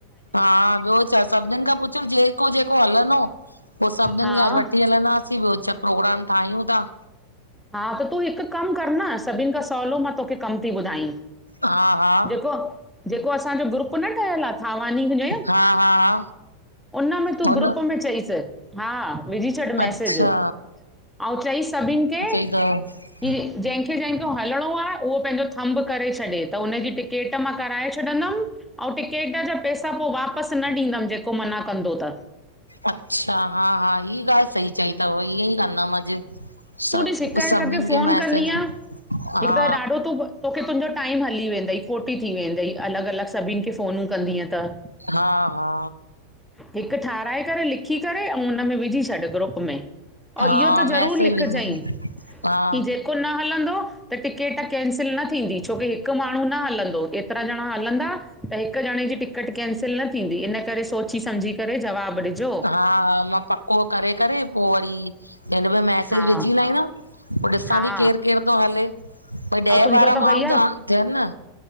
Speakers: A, on the left; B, in the centre.
A: हा ॿियो छा सभिननि खां पुछयमि जेको, जेको हलंदो। पो सभिनीनि
B: हा
A: खे वठी हलंदासीं ॿियो छा, प्रोग्राम ठाहियूं था।
B: हा त तूं हिकु कमु कर न सभिनि खां सवलो मां तोखे कम थी ॿुधाई।
A: हा, हा,
B: जेको, जेको असांजो ग्रुप न ठहियलु आ थावानी ॼे
A: हा हा
B: उन में तु
A: हुन
B: ॻुप में चईस हा, विॼी छॾ मैसेॼ।
A: अच्छा
B: आउ चई सभिनि खे
A: छा
B: कि ॼहिंखे ॼहिखे हलणो आहे, उहो पंहिंजो थम्भ करे छॾे, त हुनजी टिकेट मां कराए छ छॾंदुमि। अंउं टिकेट जा पैसा पो वापसि न ॾींदमि, जेको मना कंदो त।
A: अच्छा, हा, हा, ईह ॻाल्हि सही चई अथव ईअं ई कंदमि अॼु। सभ
B: तूं ॾिस हिक हिक
A: सभिनीनि
B: खे फोन
A: मैसेज
B: कंदीअ,
A: हा
B: हिक त ॾाढो तूं तोखे, तुंहिंजो टाइम हली वेंदई, खोटी थी वेंदई, अलॻ अलॻ सभिनि खे फ़ोन कंदीअ त
A: हा, हा
B: हिक ठाराए करे, लिखी करे, अऊँ हुन में विझी छॾ ग्रुप में और
A: हा
B: इहो त ज़रूर
A: मैसेज
B: लिखजईं,
A: विझ हा
B: कि जे को न हलंदो त टिकिट कैंसिल न थींदी, छोकी हिकु माण्हू न हलंदो एतिरा ॼणा हलंदा त हिकु ॼणे जी टिकट कैंसिल न थींदी, इन करे सोची समझी करे जवाबु ॾिजो।
A: हा हा, मां पको करे, करे पो वरी हिन मे मैसेज
B: हा
A: विझी लाईदम, पो ॾिसां
B: हा
A: थी केर, केर थो हले। पर ॾह
B: ऐं तुंहिंजो
A: ॿारा
B: त
A: माण्हू
B: भैया
A: त थियनि न